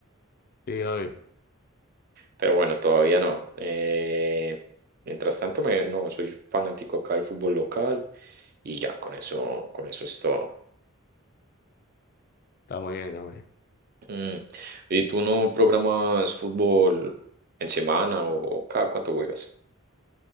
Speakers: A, on the left; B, on the right.
A: Sí, obvio.
B: Pero bueno, todavía no. Eh, mientras tanto, me, no, soy fanático acá del fútbol local y ya, con eso, con eso es todo.
A: Está muy bien, está muy bien.
B: Mm. ¿Y tú no programas fútbol en semana o, o cada cuánto juegas?